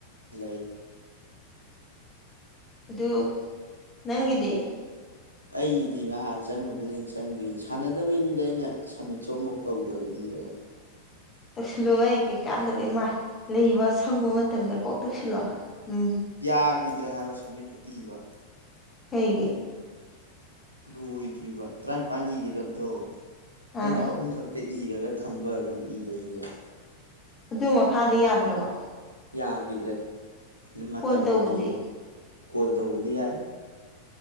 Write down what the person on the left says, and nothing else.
ꯑꯗꯨꯗꯨ ꯅꯪꯗ
ꯇꯧꯁꯜꯂꯣ ꯑꯩ ꯀꯩꯀꯥꯟꯗꯕ ꯏꯃꯥꯏ ꯂꯩꯕ ꯁꯪꯕ ꯃꯇꯝꯗ ꯀꯣꯛ ꯇꯧꯁꯜꯂꯣ ꯎꯝ
ꯍꯌꯦ
ꯑꯥ
ꯑꯗꯨ ꯃꯈꯥꯗꯤ ꯌꯥꯗ꯭ꯔꯕ
ꯀꯣꯜ ꯇꯧꯕꯗꯤ